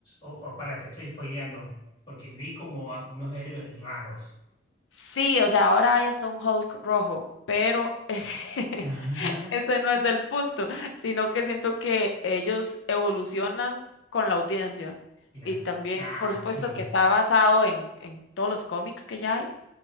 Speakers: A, on the left (about 25°); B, on the left (about 80°).
A: O, o para, te estoy spoileando, porque vi como a unos héroes raros.
B: sí, o sea, ahora hay hasta un Hulk rojo, pero <laughs> es- <laughs>
A: Ajá,
B: Ese no es el punto, sino que siento que ellos evolucionan con la audiencia.
A: claro.
B: Y también,
A: Ah,
B: por supuesto,
A: sí.
B: que está basado en, en todos los cómics que ya hay,